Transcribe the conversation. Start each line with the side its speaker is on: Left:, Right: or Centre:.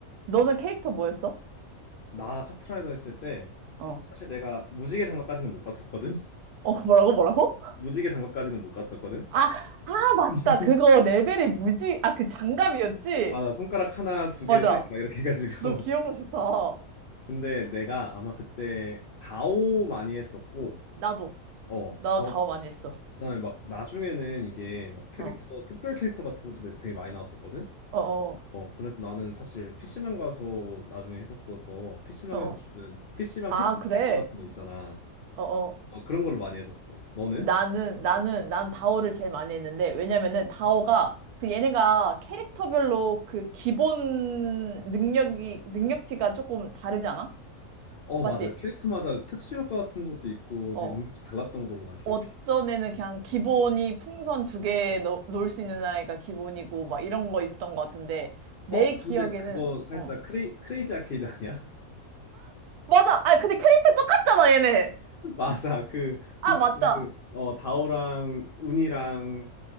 Right: 너는 캐릭터 뭐였어?
Left: 나 카트라이더 했을 때 사실
Right: 어.
Left: 내가 무지개 장갑까지는 못 갔었거든. <laughs>
Right: 어, 뭐라고 뭐라고?
Left: 무지개 장갑까지는 못 갔었거든.
Right: 아, 아, 맞다.
Left: <laughs>
Right: 그거 레벨이 무지, 아, 그 장갑이었지?
Left: 맞아. 손가락 하나, 두
Right: 맞아.
Left: 개, 세 개 막 이렇게 해가지고. <laughs>
Right: 너 기억력 좋다. 어,
Left: 근데 내가 아마 그때 다오 많이 했었고,
Right: 나도.
Left: 어,
Right: 나
Left: 다오.
Right: 다오 많이 했어.
Left: 그다음에 막 나중에는 이게 막 캐릭터
Right: 어,
Left: 특별 캐릭터 같은 것도 되게 많이 나왔었거든.
Right: 어, 어,
Left: 어, 그래서 나는 사실 PC방 가서 나중에 했었어서 PC방에서
Right: 어, 어.
Left: 주는 PC방
Right: 아,
Left: 혜택
Right: 그래?
Left: 캐릭터 같은 거 있잖아.
Right: 어, 어.
Left: 어, 그런 걸로 많이 했었어. 너는?
Right: 나는, 나는, 난 다오를 제일 많이 했는데, 왜냐면은 다오가, 그 얘네가 캐릭터별로 그 기본 능력이, 능력치가 조금 다르지 않아?
Left: 어,
Right: 맞지?
Left: 맞아. 캐릭터마다 특수 효과 같은 것도 있고
Right: 어.
Left: 되게 능력치 달랐던 걸로 난 기억해.
Right: 어떤 애는 그냥 기본이 풍선 두 개 놀 수 있는 아이가 기본이고, 막 이런 거 있었던 것 같은데, 내
Left: 어, 근데
Right: 기억에는,
Left: 그거 살짝
Right: 어.
Left: 크레이, 크레이지 아케이드 아니야?
Right: 맞아! 아, 근데 캐릭터 똑같잖아, 얘네!
Left: <laughs> 맞아. 그,
Right: 아,
Left: 디,
Right: 맞다.
Left: 그, 어, 다오랑 운이랑